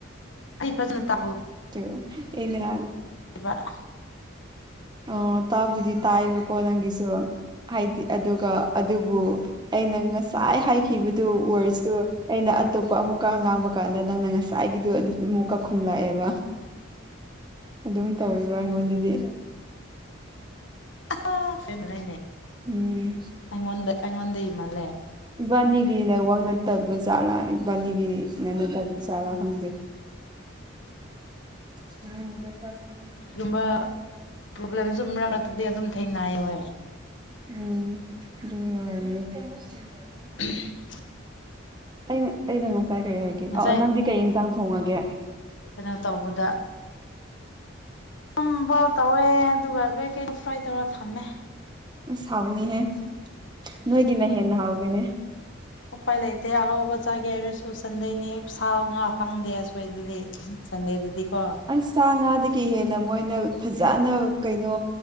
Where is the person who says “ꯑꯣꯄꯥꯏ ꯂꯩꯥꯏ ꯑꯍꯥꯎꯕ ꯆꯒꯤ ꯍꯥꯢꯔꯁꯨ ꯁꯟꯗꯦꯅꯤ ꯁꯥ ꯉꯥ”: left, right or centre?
Left